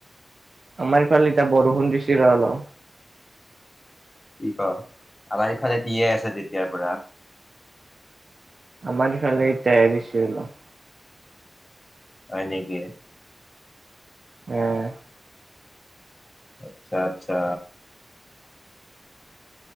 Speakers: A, on the right; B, on the left.
A: আমাৰ ইফালে এতিয়া বৰষুণ দিছি ৰ অলপ।
B: কি ক আমাৰ ইফালে দিয়ে আছে তেতিয়াৰ পৰা।
A: আমাৰ ইফালে এতিয়া এৰিছে অলপ।
B: হয় নেকি?
A: উম'।
B: আচ্ছা আচ্ছা।